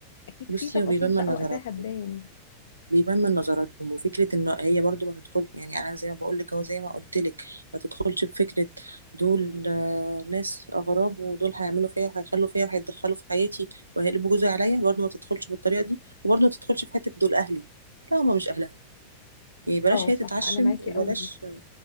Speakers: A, on the left (about 60°); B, on the right (about 80°).
A: أكيد
B: بصي
A: في تفاصيل
B: هو بيبان
A: بقى
B: من نظراتها
A: وقتها هتبان
B: بيبان من نظراتهم وفكره ان هي برضو ما تدخل يعني انا زي ما بقول لك او زي ما قلت لك ما تدخلش بفكره دول آه، ناس اغراب ودول هيعملوا فيا وهيخلوا فيا وهيتدخلوا في حياتي وهيقلبوا جوزي عليا برضو ما تدخلش بالطريقه دي وبرضو ما تدخلش في حته دول اهلي لا هم مش اهلها يعني بلاش
A: اه
B: هي
A: صح
B: تتعشم
A: أنا معاكي
B: وبلاش
A: أوي في دي